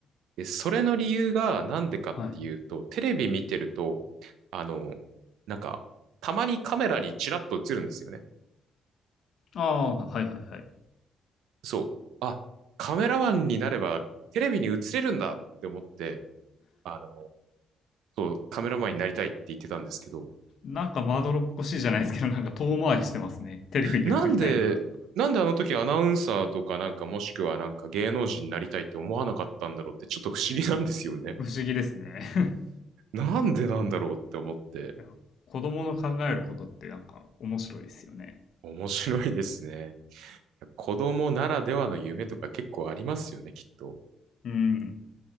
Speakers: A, on the right (about 85°); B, on the left (about 60°).
A: で、それの理由がなんでかっていうと、
B: はい。
A: テレビ見てると、あの、なんか、たまにカメラにチラッと映るんですよね。
B: ああ、はいはいはい。
A: そう。あ、カメラマンになればテレビに映れるんだって思って、あの、そう、カメラマンになりたいって言ってたんですけど、
B: なんかまどろっこしいじゃないですけど、
A: あの、
B: なんか遠回りしてますね。テレビに映りたいんだったら。
A: なんで、なんであの時アナウンサーとかなんかもしくはなんか芸能人になりたいって思わなかったんだろうってちょっと不思議なんですよね。
B: 不思議ですね。
A: なんでなんだろうって思って、
B: <laughs> 子供の考えることってなんか面白いですよね。
A: 面白いですね。子供ならではの夢とか結構ありますよね、きっと。
B: うん。